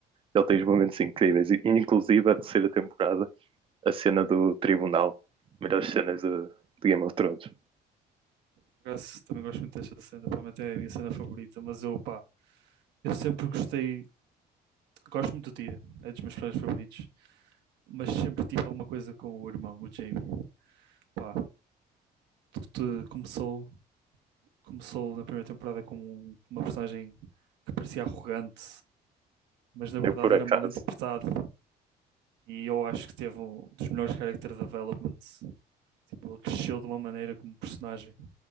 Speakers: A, on the right (about 30°); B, on the right (about 85°).
A: Ele tem os momentos incríveis, e- inclusive a terceira temporada, a cena do tribunal, melhores cenas de, de Game of Thrones.
B: Por acaso, também gosto muito desta cena, provavelmente é a minha cena favorita, mas eu pá, eu sempre gostei, gosto muito do Tyrion, é dos meus personagens favoritos, mas sempre tive alguma coisa com o irmão, o Jaime. Pá, tudo começou começou na primeira temporada como um, uma personagem que parecia arrogante, mas na verdade
A: Eu por acaso,
B: era mal interpretado. E eu acho que teve um dos melhores character developments. Tipo, ele cresceu de uma maneira como personagem, de